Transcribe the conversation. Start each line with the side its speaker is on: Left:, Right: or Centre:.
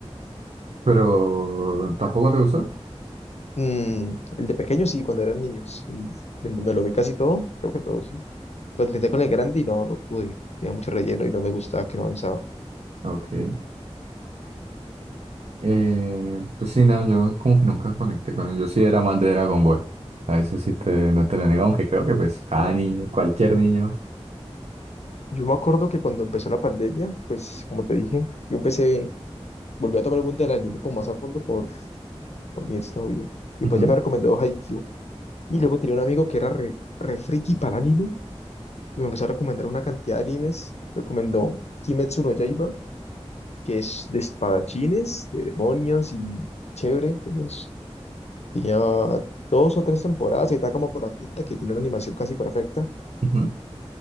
Right: pero ¿tampoco te gustó?
Left: Mm, el de pequeños sí, cuando eran niños. Y Me me lo vi casi todo, creo que todos Pero intenté con el grande y no, no pude. Tenía mucho relleno y no me gustaba que no avanzaba.
Right: Ok. Eh, pues sí, no, yo como que nunca conecté con él. Yo sí era más de Dragon Ball. A veces sí te, no te lo niego, aunque creo que pues cada
Left: No.
Right: niño, cualquier niño.
Left: Yo me acuerdo que cuando empezó la pandemia, pues como te dije, yo empecé, volví a tomar el mundo del anime como más a fondo por, por mi exnovia. Y
Right: Ujú,
Left: pues ya me recomendó Haikyuu. Y luego tenía un amigo que era re, re friki para el anime y me empezó a recomendar una cantidad de animes. Recomendó Kimetsu no Yaiba, que es de espadachines, de demonios y chévere. Tenía tenía dos o tres temporadas y está como por la quinta que tiene una animación casi perfecta.
Right: ujú,